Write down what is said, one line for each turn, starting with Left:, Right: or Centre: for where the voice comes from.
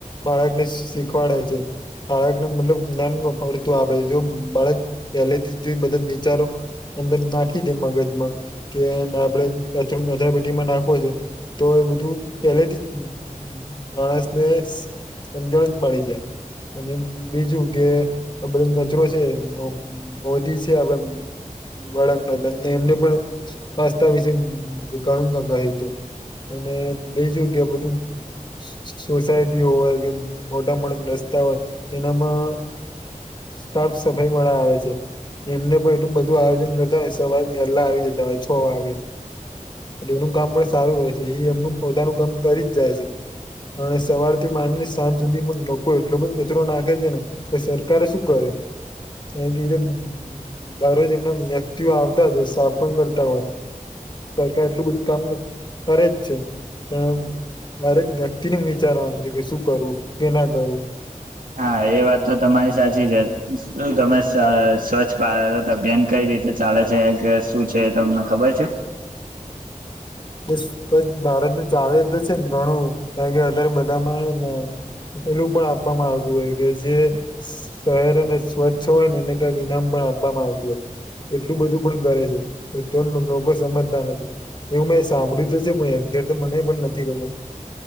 Left: બાળકને શીખવાડ છે બાળકને મતલબ જ્ઞાન પડતું આવે જો બાળક પહેલેથી જોઈ બધા વિચારો અંદર નાખી દે મગજમાં કે આપડે કચરું નાખો છે તો એ બધું પેલેથી માણસને સમજણ જ મળી જાય અને બીજું કે બધા નચરો છે મોદી છે આપ વડા પ્રધાન એમને પણ પાસ્તા વિશે ઘણું હતું અને બે જગ્યા બધું સોસાયટીઓ હોય કે મોટા મોટા રસ્તા હોય એનામાં સાફ સફાઈ મા આવે છે એમને પણ એટલું બધું આયોજન કરતા હોય સવારે મેહેલા આવી જતા હોય છ વાગે એનું કામ પણ સારું હોય છે એ એમનું પોતાનું કામ કરી જ જાય છે અને સવાર થી માની સાંજ સુધીમાં લોકો એટલો બધ કચરો નાખે છે ને કે સરકારે શું કરે એ બી તો દર રરોજ એમના મ્યત્યુ આવતા હોય સ્થાપન કરતા હોય એટલું બધું કામ કર જ છે પણ દરેક વ્યક્તિને વિચારવાનું છે કે શું કરવું કે ના કરવું
Right: હા એ વાત તો તમારી સાચી છે શું તમે સ્વચ્છ ભારત અભિયાન કરી રીતે ચાલે છે કે શું છે તમને ખબર છે
Left: એ ભારત ન ચાલે તો છે ને ઘણું કારણ કે અત્યારે બધામાં આવે ને એેલું પણ આપવામાં આવતું હોય કે જે શહેર અને સ્વચ્છ હોય ને એને ક્યાંક ઈનામ આપવામાં આવતું હોય એટલું બધું પણ કરે છે તે લોકો સમજતા નથી એવું મેં સાંભળ્યું તો છે પણ એક ઘેર તો મને પણ નથી ખબર